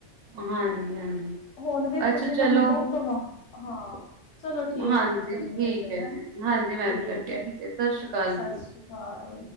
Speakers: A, on the right (about 70°); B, on the left (about 75°).
A: ਹਾਂਜੀ ਹਾਂਜੀ
B: ਹੁਣ ਵੇਖੋ
A: ਅੱਛਾ
B: ਜੇ ਇਹਨਾਂ
A: ਚਲੋ।
B: ਨੂੰ ਦੁੱਧ ਦਵਾ ਹਾਂ। ਚਲੋ ਠੀਕ
A: ਹਾਂਜੀ
B: ਮੈਂ ਕਰਨੀ
A: ਠੀਕ
B: ਆ ਫੇਰ ਹੈ
A: ਜੀ
B: ਠੀਕ
A: ਹਾਂਜੀ ਮੈਂ ਵੀ ਕਰਦੀ ਹਾਂ
B: ਹੈ
A: ਠੀਕ ਸਤਿ ਸ੍ਰੀ ਅਕਾਲ
B: ਸਸ
A: ਜੀ।
B: ਸ੍ਰੀ ਕਾਲ।